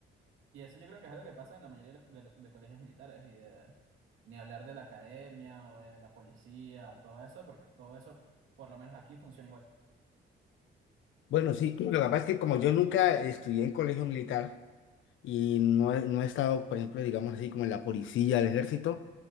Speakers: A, on the right; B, on the left.
A: Y eso yo creo que es algo que pasa en la mayoría de, de- de colegios militares y de ni hablar de la academia o de la policía o todo eso, porque todo eso, por lo menos aquí, funciona igual.
B: Bueno, sí, lo que pasa es que como yo nunca estudié en colegio militar y no he, no he estado, por ejemplo, digamos así, como en la policía, el ejército,